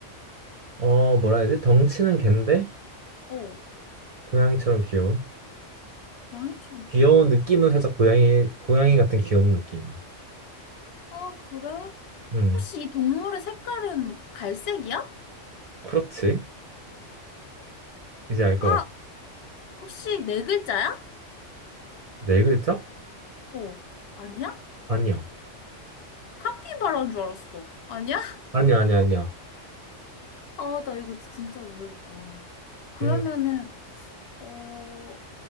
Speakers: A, on the right; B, on the left.
A: 어, 뭐라 해야 되지? 덩치는 갠데
B: 어,
A: 고양이처럼 귀여운.
B: 고양이처럼
A: 귀여운
B: 귀여워.
A: 느낌은 살짝 고양이, 고양이 같은 귀여운 느낌이야.
B: 아, 그래?
A: 음,
B: 혹시 이 동물의 색깔은 갈색이야?
A: 그렇지. 이제 알 것
B: 아,
A: 같아.
B: 혹시 네 글자야?
A: 네 글자?
B: 어, 아니야?
A: 아니야.
B: 카피바라인 줄 알았어. 아니야?
A: 아니야, 아니야, 아니야.
B: 아, 나 이거 진짜 모르겠다. 그러면은,
A: 음,
B: 어,